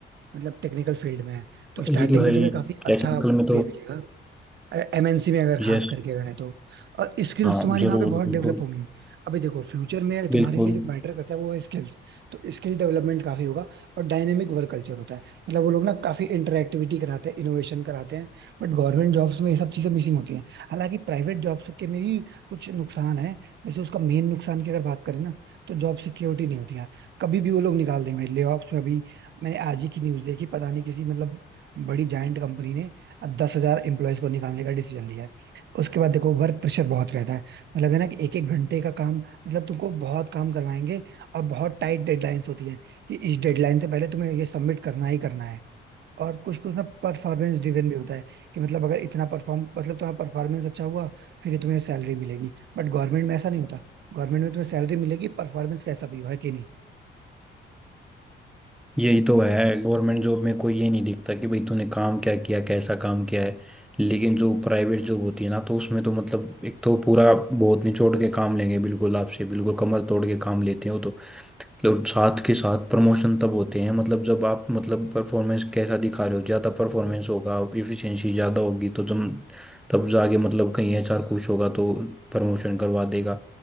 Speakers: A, on the right; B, in the centre.
A: मतलब टेक्निकल फील्ड में है तो स्टार्टिंग
B: ये तो है
A: में
B: ही
A: तुम्हें काफी अच्छा
B: टेक्निकल में तो
A: पे मिलेगा एमएनसी में अगर
B: यस
A: खास करके अगर है तो और स्किल्स
B: हाँ
A: तुम्हारी
B: जरूर
A: वहां पे बहुत
B: बिल्कुल
A: डेवलप होंगी अभी देखो फ्यूचर में तुम्हारे
B: बिल्कुल
A: लिए जो मैटर करता है वो है स्किल्स तो स्किल डेवलपमेंट काफी होगा और डायनेमिक वर्क कल्चर होता है मतलब वो लोग ना काफी इंटरएक्टिविटी कराते हैं इनोवेशन कराते हैं बट गवर्नमेंट जॉब्स में ये सब चीजें मिसिंग होती हैं हालांकि प्राइवेट जॉब्स के में भी कुछ नुकसान है जैसे उसका मेन नुकसान की अगर बात करें ना तो जॉब सिक्योरिटी नहीं होती यार कभी भी वो लोग निकाल देंगे ले ऑफ्स में अभी मैंने आज ही की न्यूज देखी पता नहीं किसी मतलब बड़ी जायंट कंपनी ने अब दस हजार एम्प्लॉयज को निकालने का डिसीजन लिया है उसके बाद देखो वर्क प्रेशर बहुत रहता है मतलब है ना कि एक एक घंटे का काम मतलब तुमको बहुत काम करवाएंगे और बहुत टाइट डेडलाइंस होती है कि इस डेडलाइन से पहले तुम्हें ये सबमिट करना ही करना है और कुछ कुछ ना परफॉर्मेंस ड्रिवन भी होता है कि मतलब अगर इतना परफॉर्म मतलब तुम्हारा परफॉर्मेंस अच्छा हुआ फिर ही तुम्हें सैलरी मिलेगी बट गवर्नमेंट में ऐसा नहीं होता गवर्नमेंट में तुम्हें सैलरी मिलेगी परफॉर्मेंस कैसा भी हो है कि नहीं
B: यही तो है गवर्नमेंट जॉब में कोई ये नहीं देखता कि भाई तूने काम क्या किया कैसा काम किया है लेकिन जो प्राइवेट जॉब होती है ना तो उसमें तो मतलब एक तो पूरा बहुत निचोड़ के काम लेंगे बिल्कुल आपसे बिल्कुल कमर तोड़ के काम लेते हो तो लोग साथ के साथ प्रमोशन तब होते हैं मतलब जब आप मतलब परफॉर्मेंस कैसा दिखा रहे हो ज़्यादा परफॉर्मेंस होगा इफिशिएंसी ज़्यादा होगी तो जब तब जाके मतलब कहीं एचआर खुश होगा तो प्रमोशन करवा देगा